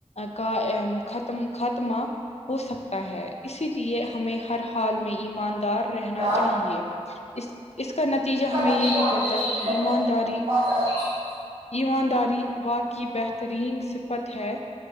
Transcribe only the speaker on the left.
کا ا ختم ختمہ ہو سکتا ہے اسی لیے ہمیں ہر حال میں ایماندار رہنا
چاہیے اس اس کا نتیجہ ہمیں
یہ نکلتا
ہے کہ
ایمانداری
یہ ہم داری وا کی بہترین صفت ہے